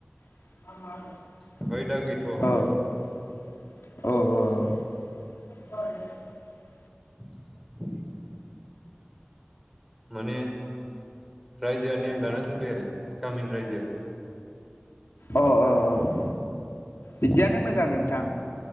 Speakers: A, on the left; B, in the centre.
A: औ
B: ओमफ्राय दा गैथ'वा
A: औ
B: <unintelligible> माने रायजोआ नेम दाना दोनबाय आरो गामिनि रायजोआ
A: अ अ बिदियानो मोजां नोंथां